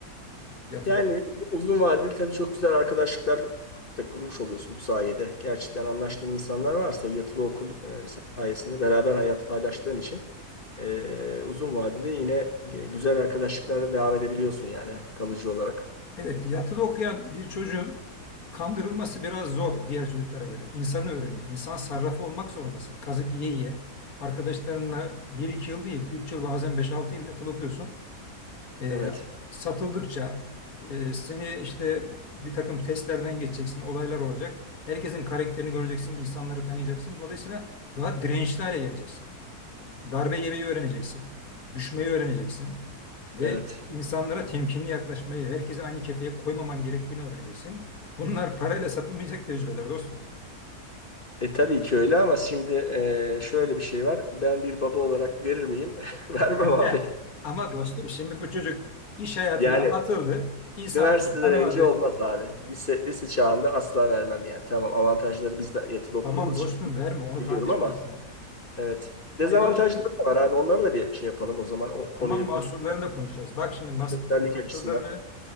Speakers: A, on the left; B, on the left.
A: yatılı
B: Yani
A: okulda.
B: uzun vadeli tabii çok güzel arkadaşlıklar da kurmuş oluyorsun bu sayede. Gerçekten anlaştığın insanlar varsa yatılı okul e, sayesinde beraber hayat paylaştığın için e, uzun vadede yine e, güzel arkadaşlıklara devam edebiliyorsun yani kalıcı olarak.
A: Evet, yatılı okuyan bir çocuğun kandırılması biraz zor diğer çocuklara göre. İnsanı öğreniyor. İnsan sarrafı olmak zorundasın. Kazık yiye yiye. Arkadaşlarınla bir iki yıl değil, 3 yıl bazen beş altı yıl yatılı okuyorsun. Ee,
B: Evet,
A: satıldıkça e, seni işte bir takım testlerden geçeceksin, olaylar olacak. Herkesin karakterini göreceksin, insanları tanıyacaksın. Dolayısıyla daha dirençli hale geleceksin. Darbe yemeyi öğreneceksin. Düşmeyi öğreneceksin. Ve
B: evet.
A: insanlara temkinli yaklaşmayı, herkese aynı kefeye koymaman gerektiğini öğreneceksin. Bunlar parayla satılmayacak tecrübeler dostum.
B: E tabii ki öyle ama şimdi e, şöyle bir şey var. Ben bir baba olarak verir miyim? <laughs> Vermem
A: Heh.
B: abi.
A: Ama dostum şimdi bu çocuk iş hayatına
B: Yani
A: atıldı. İnsanları
B: Üniversiteden
A: tanımadı.
B: önce olmaz abi. Lise, lise çağında asla vermem yani. Tamam avantajları biz de yatılı okuduğumuz
A: Tamam dostum
B: için
A: verme onu
B: biliyorum
A: tartışmıyoruz
B: ama
A: şu an.
B: evet.
A: Faydalarını
B: Dezavantajları da var abi. Onları da bir şey yapalım o zaman. O konuyu
A: tamam mahsurlarını
B: bütün
A: da konuşacağız. Bak şimdi mas
B: bütünsellik
A: mahsurlarını
B: açısından.